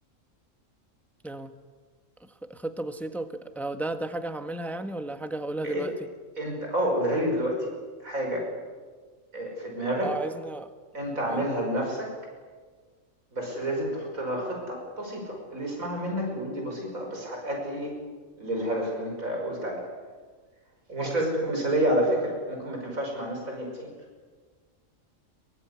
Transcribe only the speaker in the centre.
اه خ- خطه بسيطه وك... اه ده ده حاجه هعملها يعني ولا حاجه هقولها
دلوقتي
اه عايزني اه
اه
اه